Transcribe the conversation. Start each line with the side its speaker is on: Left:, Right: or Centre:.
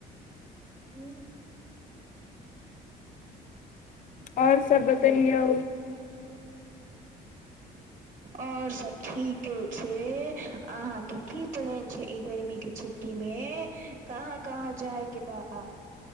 Right: ह्म
Left: आओर सब बतैयए
Right: आओर सब ठीके छै अहाँके की प्लान छै ई गर्मीे छुट्टी मे कहाँ कहाँ जायके बाब